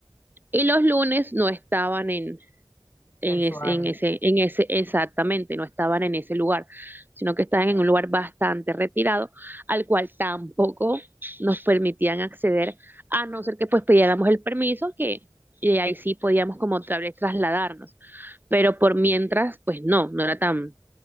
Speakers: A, on the right; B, on the left.
A: Y los lunes no estaban en, es-
B: en su área.
A: en ese, en ese, exactamente, no estaban en ese lugar, sino que estaban en un lugar bastante retirado, al cual tampoco nos permitían acceder, a no ser que pues pidiéramos el permiso, que y ahí sí podíamos como otra vez trasladarnos, pero por mientras, pues no, no era tan,